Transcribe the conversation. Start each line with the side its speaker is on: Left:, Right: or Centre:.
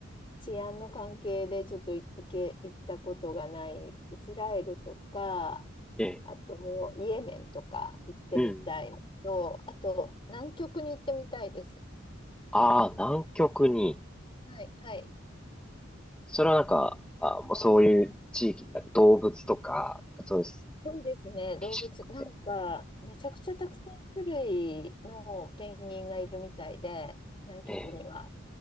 Left: 治安の関係でちょっとい行け、行ったことがないイスラエルとか、
Centre: ええ。
Left: あとイエメンとか行ってみたいのと、
Centre: うん。
Left: あと南極に行ってみたいです。
Centre: ああ、南極に。
Left: はい、はい。
Centre: それはなんか、あ、もうそういう地域、なんか動物とか、そういう
Left: そうですね、動物、
Centre: 景色とかで。
Left: なんか、めちゃくちゃたくさん種類のペンギンがいるみたいで、南極には。
Centre: ええ、